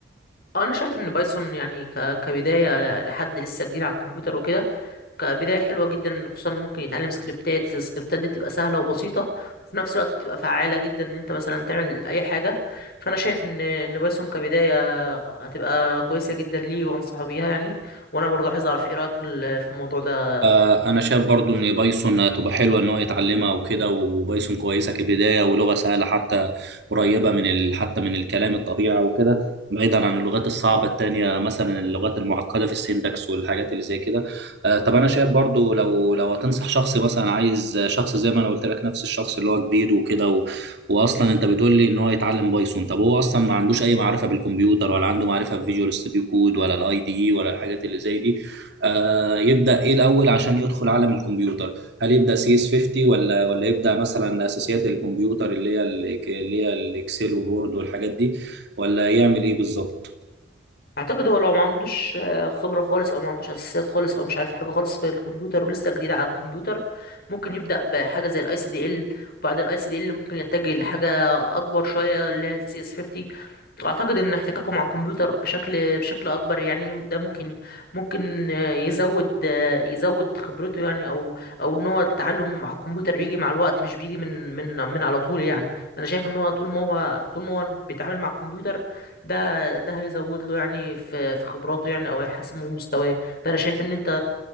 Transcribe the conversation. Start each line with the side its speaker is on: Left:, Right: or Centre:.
Left: آه، انا شايف ان بايثون يعني ك... كبدايه لحد لسه جديد على الكمبيوتر وكده كبدايه حلوه جدا خصوصا إن ممكن يتعلم سكريبتات السكريبتات دي بتبقى سهله وبسيطه وفي نفس الوقت بتبقى فعاله جدا ان انت مثلا تعمل اي حاجه فانا شايف ان ان بايثون كبدايه هتبقى كويسه جدا ليه وانصحه بيها يعني وانا برضه عايز اعرف ايه رايك في ال- في الموضوع ده
Right: آه، انا شايف برضو ان بايثون هتبقى حلوه ان هو يتعلمها وكده وبايثون كويسه كبدايه ولغه سهله حتى قريبه من ال... حتى من الكلام الطبيعي وكده بعيدا عن اللغات الصعبه التانية مثلا اللغات المعقده في السينتاكس والحاجات اللي زي كده آه، طب انا شايف برضو لو لو هتنصح شخص مثلا عايز شخص زي ما انا قلت لك نفس الشخص اللي هو كبير وكده و... واصلا انت بتقول لي ان هو يتعلم بايثون طب هو اصلا ما عندوش اي معرفه بالكمبيوتر ولا عنده معرفه في فيجوال ستوديو كود ولا الاي دي اي ولا الحاجات اللي زي دي آه، يبدأ ايه الاول عشان يدخل عالم الكمبيوتر هل يبدأ سي اس 50 ولا ولا يبدأ مثلا اساسيات الكمبيوتر اللي هي ال- اللي هي الاكسل وورد والحاجات دي ولا يعمل ايه بالظبط
Left: اعتقد هو لو ما عندوش آه، خبره خالص او ما عندوش اساسيات خالص او مش عارف حاجه خالص في الكمبيوتر ولسه جديد على الكمبيوتر ممكن يبدا بحاجه زي الاي سي دي ال وبعد الاي سي دي ال ممكن يتجه لحاجه اكبر شويه اللي هي السي اس 50 واعتقد ان احتكاكه مع الكمبيوتر بشكل بشكل اكبر يعني ده ممكن ممكن آه، يزود آه، يزود خبرته يعني او او ان هو التعلم مع الكمبيوتر بيجي مع الوقت مش بيجي من من من على طول يعني انا شايف ان هو طول ما هو طول ما هو بيتعامل مع الكمبيوتر ده ده ده هيزود له يعني في في خبراته يعني او هيحسن من مستواه فانا شايف ان انت